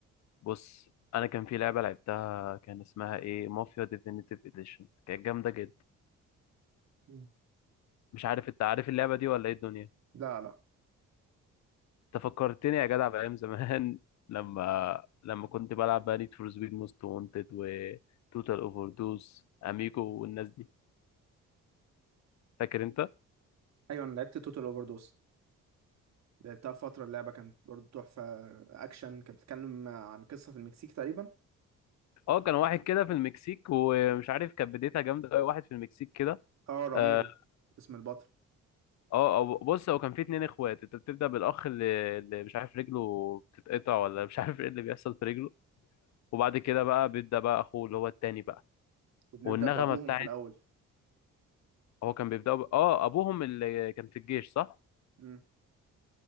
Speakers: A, on the left; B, on the right.
A: بص انا كان في لعبه لعبتها كان اسمها ايه مافيا ديفينيتيف اديشن كانت جامده جدا
B: مم.
A: مش عارف انت عارف اللعبه دي ولا ايه الدنيا
B: لا لا
A: انت فكرتني يا جدع بايام زمان <laughs> لما لما كنت بلعب بقى نيد فور سبيد موست وانتد وتوتال اوفر دوز اميجو والناس دي فاكر انت
B: ايوه انا لعبت توتال اوفر دوس لعبتها فتره اللعبه كانت برضو تحفه اكشن كانت بتتكلم عن قصه في المكسيك تقريبا
A: اه كان واحد كده في المكسيك ومش عارف كانت بدايتها جامده قوي واحد في المكسيك كده
B: اه راميرو
A: آه،
B: اسم البطل
A: اه أو- بص هو كان في اتنين اخوات انت بتبدأ بالاخ اللي, اللي مش عارف رجله بتتقطع ولا مش عارف ايه اللي بيحصل في رجله وبعد كده بقى بيبدأ بقى اخوه اللي هو التاني بقى
B: وبنبدأ
A: والنغمة
B: بأبوهم
A: بتاعت
B: في الأول
A: هو كان بيبدأ ب... اه ابوهم اللي كان في الجيش صح
B: امم